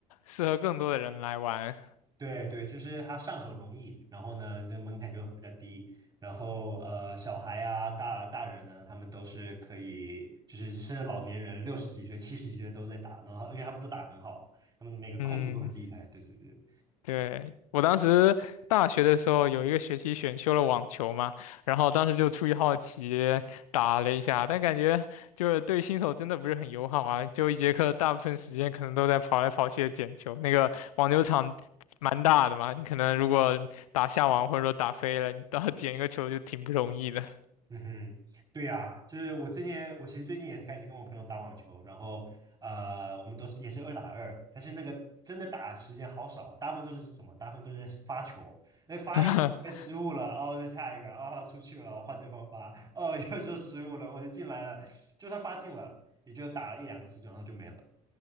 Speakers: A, on the left; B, on the right.
A: 适合更多的人来玩。
B: 对对，就是他上手容易，然后呢，这门槛就比较低。然后呃，小孩啊，大大人呢，他们都是可以，就是甚至老年人六十几岁、七十几岁都在打，然后而且他们都打得很好，他们每个控球都很厉害。
A: 嗯，
B: 对对对。
A: 对，我当时大学的时候有一个学期选修了网球嘛，然后当时就出于好奇打了一下，但感觉就是对新手真的不是很友好啊，就一节课大部分时间可能都在跑来跑去的捡球，那个网球场蛮大的嘛，你可能如果打下网或者说打飞了，你到捡一个球就挺不容易的。
B: 嗯哼，对呀，就是我之前，我其实最近也开始跟我朋友打网球，然后呃，我们都是也是二打二，但是那个真的打的时间好少，大部分都是什么？大部分都是在发球，那发一个哎失误了，
A: <laughs>
B: 哦，再下一个，哦，出去了，换对方发，哦，<laughs> 又又失误了，我就进来了，就算发进了，也就打了一两次，然后就没了。